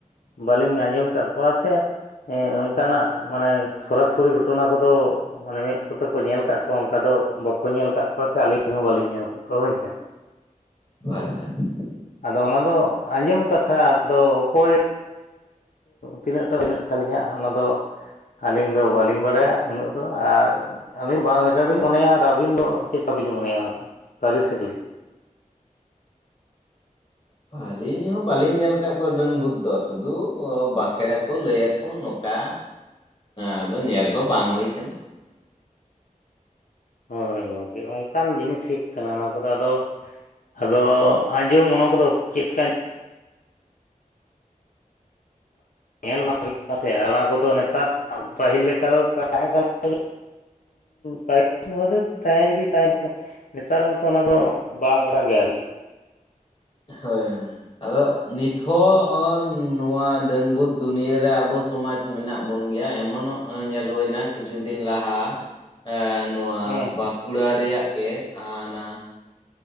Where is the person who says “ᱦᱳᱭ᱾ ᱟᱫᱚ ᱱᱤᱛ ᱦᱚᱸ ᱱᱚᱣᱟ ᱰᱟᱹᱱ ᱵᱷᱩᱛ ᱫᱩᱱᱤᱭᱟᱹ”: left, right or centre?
Left